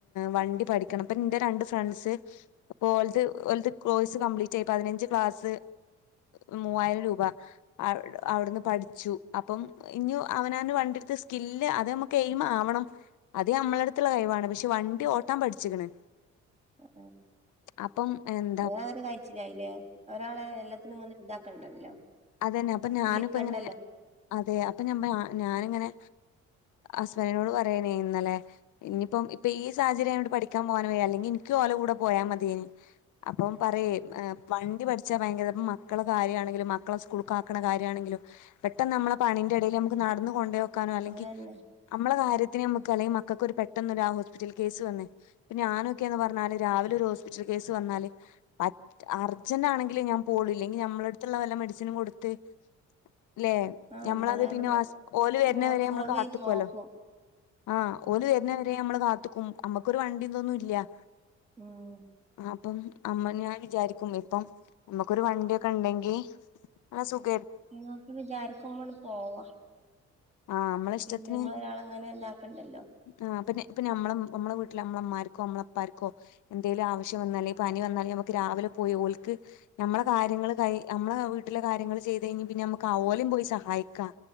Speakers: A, on the left (about 80°); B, on the right (about 20°).
A: വണ്ടി പഠിക്കണം അപ്പ എന്റെ രണ്ട് ഫ്രണ്ട്സ് അപ്പോ ഓൽത് കോഴ്സ് കംപ്ലീറ്റ് ആയി പതിനഞ്ച് ക്ലാസ് മൂവായിരം രൂപ അവി അവിടുന്ന് പഠിച്ചു അപ്പം ഇനി അവനു വണ്ടിടുത്ത് സ്കില്ല് അത് നമുക്ക് എയിമ്ആവണം അതേ നമ്മള അടുത്തുള്ള കഴിവാണ് പക്ഷെ വണ്ടി ഓട്ടാം പഠിച്ചിക്കണ്
B: അതേ
A: അപ്പം എ
B: <unintelligible> കഴിച്ചില്ലായില്ലേ ഒരാളെ എല്ലാത്തിനും ഇങ്ങനെ ഇതാക്കണ്ടല്ലോ
A: അത് തന്നെ അപ്പൊ ഞാനിപ്പ
B: വിളിക്കണ്ടല്ലോ
A: ഇങ്ങനെ അതെ അപ്പൊ ഞ ഞാനിങ്ങനെ ഹസ്ബൻഡിനോട് പറയാനേ ഇന്നലെ ഇനിയിപ്പം ഇപ്പൊ ഈ സാഹചര്യം ആയോണ്ട് പഠിക്കാൻ പോകൻ വയ്യാ അല്ലെങ്കി എനിക്കുംഓല കൂടെ പോയാൽ മതിയന് അപ്പം പറയ
B: ആ
A: വണ്ടി പഠിച്ചാ ഭയങ്കര ഇപ്പ മക്കള കാര്യണെങ്കിലും മക്കളെ സ്കൂൾക്ക ആക്കണ കാര്യണെങ്കിലും പെട്ടെന്ന് നമ്മള പണിന്റെ ഇടയിൽ നമുക്ക് നടന്ന് കൊണ്ടുക്കാനോ
B: അതന്നെ
A: ങ്കിൽ നമ്മളെ കാര്യത്തിന് നമുക്ക് അല്ലെങ്കിൽ മക്കൾക്ക് ഒരു പെട്ടെന്നൊരു ആ ഹോസ്പിറ്റലിൽ കേസ് വന്നേ പിന്നെ ഞാനൊക്കെന്ന് പറഞ്ഞാല് രാവിലെ ഒരു ഹോസ്പിറ്റൽ കേസ് വന്നാല് പറ്റ അർജന്റ് ആണെങ്കില് ഞാൻ പോവ്ളൂ ഇല്ലെങ്കി ഞമ്മുടെ അടുത്തുള്ള വല്ല മെഡിസിനും കൊടുത്ത് ല്ലെ
B: ആ
A: നമ്മളത്
B: നമ്മള് അവിടെ
A: പിന്നെ ഓല് വരുന്നവരെ
B: നോ സോൾവ്
A: നമ്മള് കാത്ത്ക്കുവല്ലോ
B: ചെയ്ത് നോക്കും
A: ആഹ് ഓല് വരുന്ന വരെ നമ്മള് കാത്തക്കും നമ്മക്കൊരു വണ്ടി ഇതോന്നുംല്ല
B: ഉം
A: അപ്പം നമ്മ ഞാൻ വിചാരിക്കും ഇപ്പം നമ്മുക്കോരു വണ്ടിയൊക്കെ ഉണ്ടെങ്കി നല്ല സുഖ
B: നിങ്ങക്ക് വിചാരിക്കുമുമ്പോ ആ ണ്ട് പോവാ
A: ആഹ് നമ്മളെ
B: പിന്നെ
A: ഇഷ്ടത്തിന്
B: നമ്മ ഒരാള അങ്ങനെ ഇതാക്കണ്ടല്ലോ
A: ആഹ് പിന്നെ പിന്നെ നമ്മ നമ്മെ വീട്ടില് നമ്മളമ്മ്മാർക്കോ നമ്മളപ്പാര്ക്കോ എന്തേലും ആവശ്യം വന്നാലേ പനി വന്നാലേ നമക്ക് രാവിലെ പോയി ഓൽക്ക് നമ്മളെ കാര്യങ്ങൾ കൈ നമ്മെ വീട്ടിലെ കാര്യങ്ങള്ൾ ചെയ്ത് കഴിഞ്ഞ പിന്നെ നമ്മുക്ക് ഒരേയുംപോയി സഹായി ക്കാം